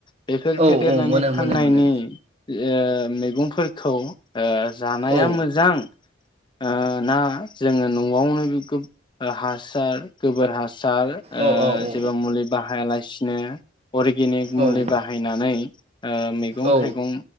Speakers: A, on the left; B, on the right.
A: बेफोर
B: औ
A: फेदेरनानै
B: मोनो
A: फाननायनि
B: मोनो मोनो
A: ओ मैगंफोरखौ ओ जानाया
B: औ
A: मोजां ओ ना जोङो न'आवनो हासार गोबोर हा सार ओ
B: औ औ औ
A: जेबो मुलि बाहाया लासि नो अरगेनिक
B: औ
A: मुलि बाहायनानै ओ मैगं
B: औ
A: थाइगं